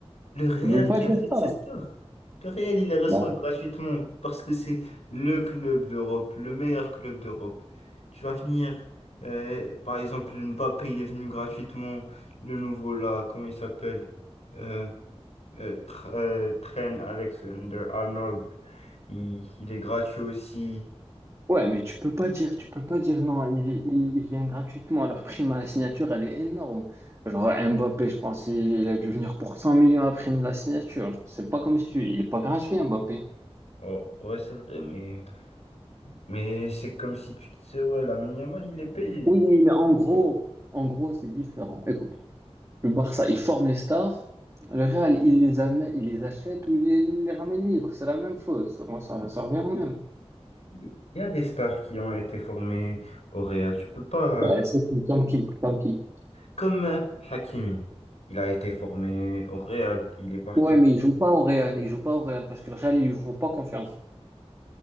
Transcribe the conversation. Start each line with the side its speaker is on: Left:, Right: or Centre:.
Left: Le Real
Right: Tu peux pas
Left: qui
Right: dire
Left: achète
Right: ça.
Left: ses stars. Le Real, il les reçoit
Right: Ouais,
Left: gratuitement parce que c'est le club d'Europe, le meilleur club d'Europe. Tu vas venir, euh, par exemple, Mbappé, il est venu gratuitement. Le nouveau là, comment il s'appelle? euh, euh, Tr- euh, Trent Alexander-Arnold. Il, il est gratuit aussi.
Right: Ouais, mais tu peux pas dire, tu peux pas dire non, ils, ils- ils viennent gratuitement. Leur prime à la signature, elle est énorme. Genre Mbappé, je pense, il, il a dû venir pour 100 millions à prime de la signature. C'est pas comme si, il est pas gratuit, Mbappé.
Left: Oh, ouais, c'est vrai, mais, mais c'est comme si tu disais, ouais, Lamine Yamal, il est payé.
Right: Oui, mais en gros, en gros, c'est différent. Écoute. Le Barça, il forme les stars. Le Real, il les amène, il les achète ou il les, il les ramène libres. C'est la même chose. Moi, ça, ça revient au même.
Left: Il y a des stars qui ont été formées au Real. Tu peux pas.
Right: Ouais,
Left: euh,
Right: c'est tout, comme qui, comme qui.
Left: Comme euh, Hakimi. Il a été formé au Real. Il est parti.
Right: Ouais, mais ils jouent pas au Real, ils jouent pas au Real parce que le Real, ils lui font pas confiance.